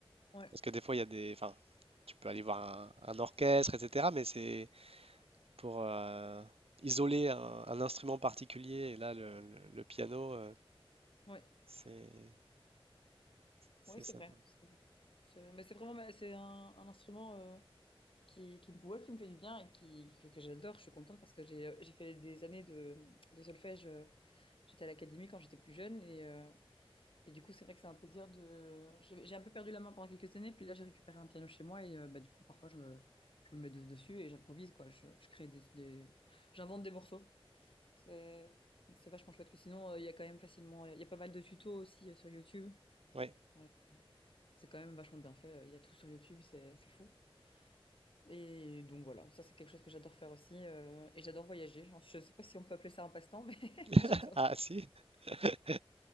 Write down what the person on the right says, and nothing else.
parce que des fois, il y a des... Enfin, tu peux aller voir un, un orchestre, etc. Mais c'est pour euh, isoler un, un instrument particulier. Et là, le, le- le piano, euh,
c'est... C'est
sympa.
Oui.
<laughs>
Ah si, <laughs>